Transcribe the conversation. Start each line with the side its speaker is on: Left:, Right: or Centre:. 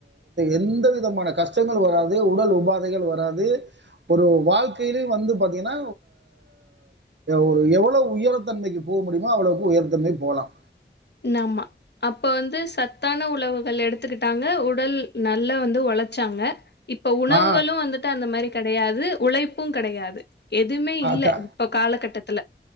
Right: எந்த விதமான கஷ்டங்கள் வராது உடல் உபாதைகள் வராது ஒரு வாழ்க்கையில வந்து பாத்தீன்னா ஒரு எவ்வளவு உயர்த்தன்மைக்கு போக முடியுமோ அவ்வளவுக்கு உயர்த்தன்மைக்கு போகலாம்
Left: நாம அப்ப வந்து சத்தான உணவுகள் எடுத்துக்கிட்டாங்க உடல் நல்லா வந்து உழைச்சாங்க இப்ப உணவுகளும்
Right: ஆ
Left: வந்துட்டு அந்த மாதிரி கிடையாது உழைப்பும் கிடையாது எதுவுமே இல்ல.
Right: அதா
Left: இப்ப காலகட்டத்துல.